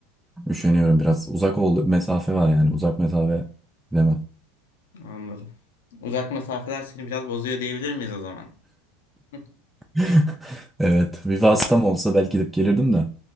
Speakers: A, in the centre; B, on the left.
A: Üşeniyorum biraz. Uzak oldu. Mesafe var yani. Uzak mesafe demem.
B: Anladım. Uzak mesafeler seni biraz bozuyor diyebilir miyiz o zaman? <laughs>
A: <laughs> Evet. Viva hastam olsa belki gidip gelirdim de.